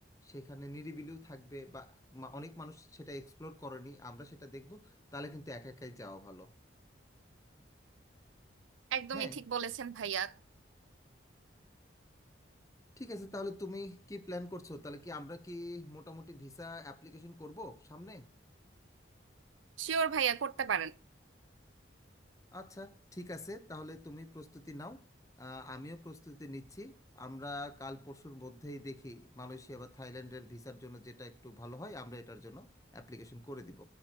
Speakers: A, on the left; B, on the right.
A: সেখানে নিরিবিলিও থাকবে বা মা- অনেক মানুষ সেটা এক্সপ্লোর করেনি আমরা সেটা দেখব তাহলে কিন্তু একা একাই যাওয়া ভালো
B: একদমই
A: হ্যাঁ
B: ঠিক বলেছেন ভাইয়া
A: ঠিক আছে তাহলে তুমি কি প্ল্যান করছো তাহলে কি আমরা কি মোটামুটি ভিসা অ্যাপ্লিকেশন করব সামনে
B: শিওর ভাইয়া করতে পারেন
A: আচ্ছা ঠিক আছে তাহলে তুমি প্রস্তুতি নাও আহ, আমিও প্রস্তুতি নিচ্ছি আমরা কাল পরশুর মধ্যেই দেখি মালয়েশিয়া বা থাইল্যান্ডের ভিসার জন্য যেটা একটু ভালো হয় আমরা এটার জন্য অ্যাপ্লিকেশন করে দিব